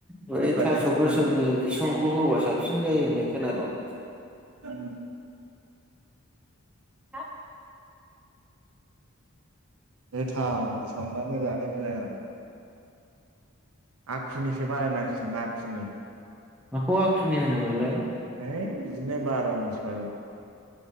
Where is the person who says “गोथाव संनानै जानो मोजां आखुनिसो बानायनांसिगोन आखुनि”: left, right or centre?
Right